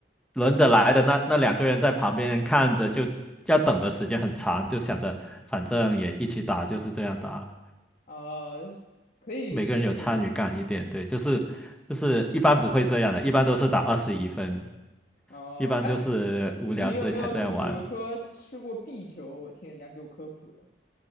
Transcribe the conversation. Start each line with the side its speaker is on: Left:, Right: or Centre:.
Centre: 轮着来的那那两个人在旁边看着，就要等的时间很长，就想着反正也一起打，就是这样打了
Left: 啊，可以理解，
Centre: 每个人有参与感一点，
Left: 可以理解。
Centre: 对，就是就是一般不会这样的，一般都是打二十一分，
Left: 哦，
Centre: 一般都是无聊这才这样玩。
Left: 哎，你有没有就比如说吃过壁球？我听人家给我科普的，